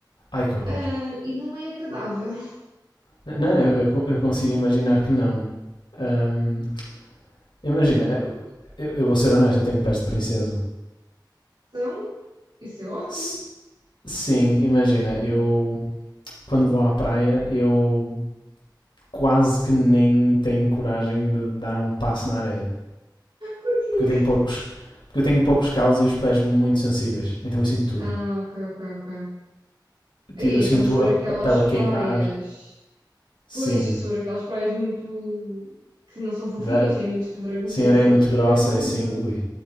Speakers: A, on the left (about 85°); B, on the right (about 85°).
A: Ai que horror.
B: ah, e não é agradável.
A: Não, eu, eu eu consigo imaginar que não. Ahm, imagina, eu, eu- eu vou ser honesto, eu tenho pés de princesa.
B: Então, isso é ótimo.
A: S- sim, imagina, eu. Quando vou à praia, eu quase que nem tenho coragem de dar um passo na areia
B: Porquê?
A: Porque eu tenho poucos. Porque eu tenho poucos calos e os pés muito sensíveis. Então eu sinto tudo.
B: Ah, ok, ok, ok. Aí,
A: Tipo, eu
B: então
A: sinto
B: se for
A: a,
B: aquelas
A: a pele a queimar,
B: praias.
A: sim.
B: Pois, se for aquelas praias muito. que não são fofinhas,
A: Dar,
B: têm muitos pedregulhos
A: sim,
B: e não
A: areia
B: sei
A: é muito
B: o quê,
A: grossa
B: deve ser horrível.
A: e sim. Ui.